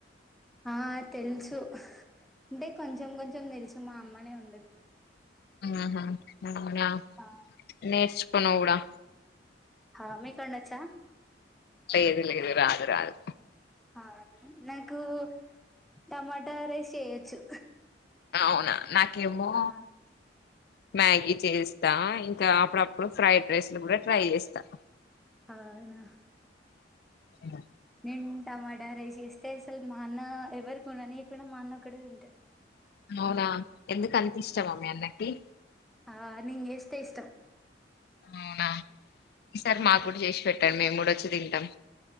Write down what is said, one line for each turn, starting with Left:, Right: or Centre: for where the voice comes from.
Centre: ఆ తెలుసు అంటే కొంచెం కొంచం దెలుసు మా అమ్మనే వండుద్ది
Left: ఆహా అవునా
Centre: ఆ
Left: నేర్చకో నువ్ గుడా
Centre: హా మీకొన్డచ్చా
Left: ఎది లేదు రాదు రాదు
Centre: ఆ నాకూ టమాటా రైస్ చేయొచ్చు
Left: అవునా నాకేమో
Centre: ఆ
Left: మ్యాగీ చేస్తా ఇంకా అప్పుడప్పుడు ఫ్రైడ్ రైస్లు గుడా ట్రై జేస్తా
Centre: అవునా
Left: అ
Centre: నేన్ టమాటా రైస్ చేస్తేసల్ మా అన్నా ఎవకుండనీయకుండ మా అన్న ఒక్కడే తింటడు
Left: అవునా ఎందుకంతిష్టమా మీ అన్నకి
Centre: ఆ నీన్ జేస్తె ఇష్టం
Left: అవునా ఈసారి
Centre: ఆ
Left: మాగ్గుడ జేసి పెట్టండి మేంగూడొచ్చి తింటం